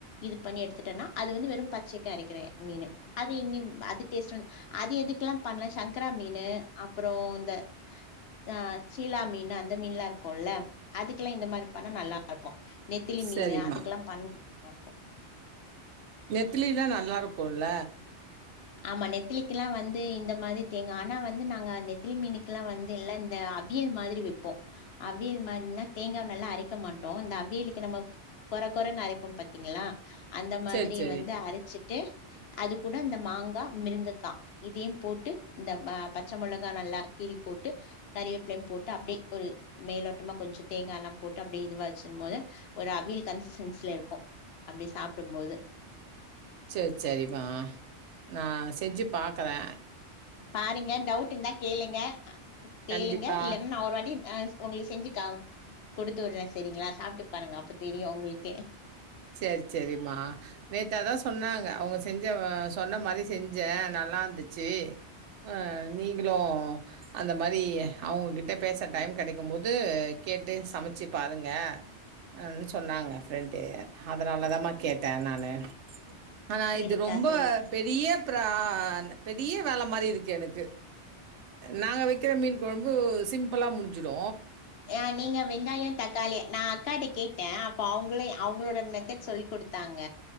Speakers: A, on the left; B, on the right.
A: இது பண்ணி எடுத்துட்டனா அது வந் பச்சைக்கு அரைக்கிறே மீனு அது எங்கிம் அது டேஸ்ட் வந்து அது எதுக்கெலா பண்லா சங்கரா மீனு அப்பறோ இந்த அ ஷீலா மீனு இந்த மீன்லா இருக்குல்ல அதுக்கில்லா இந்த மாரி பண்ணா நல்லாருக்கு நெத்திலி மீனு
B: சரிம்மா
A: அதுக்கல்லாம் பண் <inaudible> ல்லாருக்கு
B: நெத்திலிலல்லா நல்லா இருக்குல்ல
A: ஆமா நெத்திலி இல்ல வந்து இந்த மாரி தேங்க ஆனா வந்து நாங்க அந்த நெ நெத்திலிமீனுக்குெல்லா வந்து ல்ல இந்த அவியல் மாதிரி இப் ப்ப அவியல் மாதிரனா தேங்காய் நல்லா அரைக்க மாட்டோ இந்த அவிலுக்கு நம்ம குறை குறைன்னு அரைப்போம் பாத்தீங்களா அந்த மாதிரி
B: சரி சரி
A: வந்து அரைச்சிட்டு அது கூட இந்த மாங்க முருகங்கா இதையும் போட்டு இந்த பச்சை மிளகா நல்லா கீறி போட்டு கறிவேப்பிலம் போட்டு அப்படியே ஒரு மேலோட் கொஞ்சம் தேங்காய எல்லாம் போட்டு அப்படி இதுவச்சும் போது ஒரு அவியல் கன்சிஸன்சல இருக்கும் அப்படி சாப்டும் போது
B: சரி சரிமா நான் செஞ்சு பாக்கறே
A: பாருங்க டவுட் இருந்தா கேளுங்க அ கேளுங்க
B: கண்டிப்பா
A: இல்லன்னா நா ஒரு வாட்டி ஆ உங்களுக்கு செஞ்சி காம் குடுத்துவுட்றே செரிங்ளா சாப்ட்டு பாருங்க அப்போ தெரியு உங்ளுக்கே
B: சேரி சேரிம்மா நேத்து அதா சொன்னாங்க அவுங்க செஞ்சி ஆ சொன்ன மாரி செஞ்சே நல்லாந்திச்சு ஆ நீங்களு அந்த மாரி அவுங்கக்கிட்ட பேச டைம் கடைக்கும் போது கேட்டு சமச்சிப் பாருங்க ன் சொன்னாங்க ஃப்ரெண்டு அதனாலதாம்மா கேட்ட நானு ஆனா
A: சேரிக்கா
B: இது ரொம்ப
A: சேரிக்கா
B: பெரியப் த்ரா அந்த பெரிய வேல மாரி இருக்கு எனக்கு நாங்க வெக்கிற மீன் கொழம்பு சிம்ப்புளா முடிஞ்சுரு
A: ஆ நீங்க வெங்காயொ தக்காளி நா அக்காட்ட கேட்ட அப்ப அவுங்களே அவுங்களோட மெத்தட் சொல்லி்க் குடுத் தாங்க